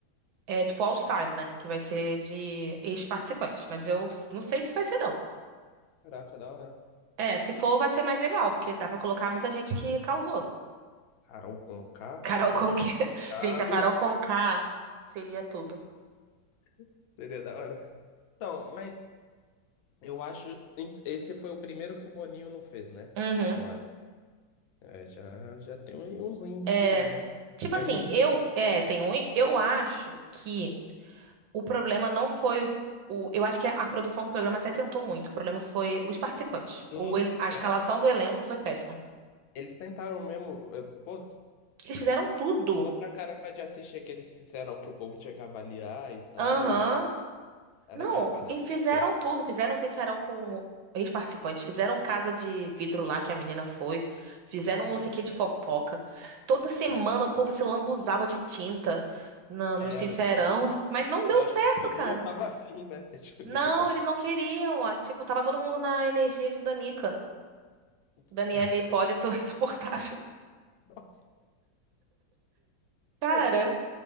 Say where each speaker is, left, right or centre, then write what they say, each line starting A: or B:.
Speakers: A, on the right; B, on the left.
A: é, tipo All Stars, né? Que vai ser de ex-participantes. Mas eu não sei se vai ser, não.
B: Caraca, da hora.
A: É, se for, vai ser mais legal, porque dá pra colocar muita gente que causou.
B: Carol Conká,
A: Carol
B: Lucas
A: Conká. <laughs>
B: Penteado,
A: Gente, a Carol Conká seria tudo.
B: <laughs> seria da hora. Então, mas eu acho. Esse foi o primeiro que o Boninho não fez, né?
A: Uhum.
B: Eu acho. É, já, já tem aí uns índices
A: É,
B: aí, né?
A: tipo
B: Foi
A: assim,
B: muito.
A: eu é, tem um, eu acho que o problema não foi o, o- eu acho que a produção do programa até tentou muito. O problema foi os participantes.
B: ruim,
A: O, el- a escalação
B: é.
A: do elenco foi péssima.
B: Eles tentaram mesmo. é, Pô,
A: Eles fizeram tudo.
B: tava pra caramba de assistir aquele Sincerão que o povo tinha que avaliar e tal.
A: Aham.
B: Era
A: Não,
B: mesmo pra dar
A: e
B: briga.
A: fizeram tudo. Fizeram um sincerão com ex-participantes. Fizeram casa de vidro lá que a menina foi. Fizeram um
B: Aham,
A: não sei o que de fofoca. Toda semana
B: sim.
A: o povo se lambuzava de tinta na-
B: Era.
A: no sincerão. <laughs> Mas não
B: Mas
A: deu
B: eu acho
A: certo,
B: que o povo
A: cara.
B: não tava afim, né? <laughs> Deixa eu
A: Não,
B: brigar.
A: eles não queriam. ó. Tipo, tava todo mundo na energia de Danica.
B: <laughs>
A: Daniela Hipólito, <laughs> insuportável.
B: Nossa.
A: Cara,
B: Pô, por,